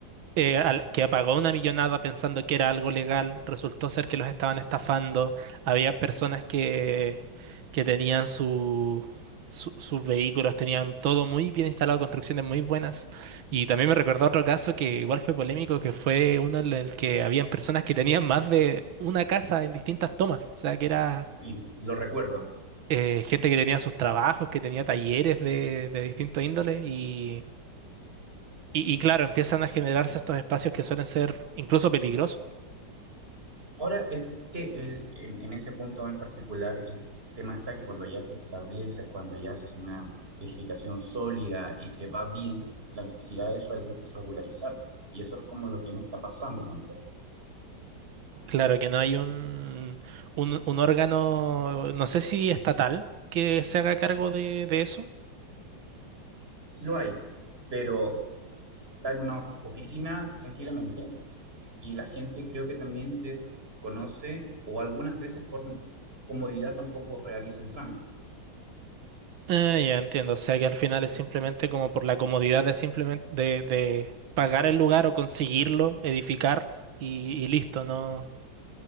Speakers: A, on the right; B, on the right.
A: eh, al- que pagó una millonada pensando que era algo legal, resultó ser que los estaban estafando. Había personas que, que tenían su, su- sus vehículos, tenían todo muy bien instalado, construcciones muy buenas. Y también me recordó otro caso que igual fue polémico, que fue uno en el que habían personas que tenían más de una casa en distintas tomas. O sea, que era
B: Sí, lo recuerdo.
A: eh, gente que tenía sus trabajos, que tenía talleres de, de distintos índoles y... Y, y claro, empiezan a generarse estos espacios que suelen ser incluso peligrosos.
B: Ahora, el, te- el- en, en ese punto en particular, el tema está que cuando ya te estableces, cuando ya haces una edificación sólida y te va bien, la necesidad es regu- regularizar. Y eso es como lo que no está pasando tampoco.
A: Claro que no hay un, un, un órgano, no sé si estatal, que se haga cargo de, de eso.
B: Sí lo hay, pero está en una oficina tranquilamente y la gente creo que también desconoce o algunas veces por comodidad tampoco realiza el trámite.
A: Ah, ya entiendo. O sea que al final es simplemente como por la comodidad de simplemente de, de pagar el lugar o conseguirlo, edificar y, y listo. No,